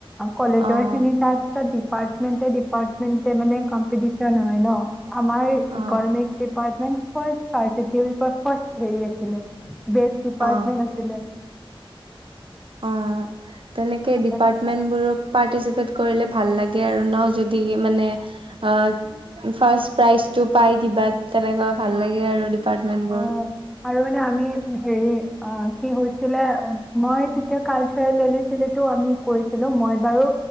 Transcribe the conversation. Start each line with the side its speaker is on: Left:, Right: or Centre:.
Centre: কলেজৰ
Right: অ
Centre: খিনি তাৰ পিছত দি। ডিপাৰটমেট ডিপাৰ্টমেণ্ট মানে কম্পিটিচন হয় ন। আমাৰ ইকনমিক
Right: অ
Centre: চিপ। ডিপাৰটমেট ফাৰ্চিট ফাৰ্ষ হেৰি আছিলে? বেচ ডিপাৰ্টমেণ্ট
Right: অ
Centre: আছিলে?
Right: অ তেনেকে
Centre: আছিলে।
Right: ডিপাৰ্টমেন্ট বোৰ পাৰ্টিচিপেট? কৰিলে ভাল লাগে আৰু ন যদি মানে অ ফাৰ প্ৰাইজটো পাই কিবা তেনেকুৱা ভাল লাগে আৰু। ডিপাৰ্টমেণ্টবোৰ।
Centre: অ' আৰু মানে আমি হেৰি অ কি হৈছিলে মই তেতিয়া কালচাৰো আমি কৈছিলো মই বাৰু।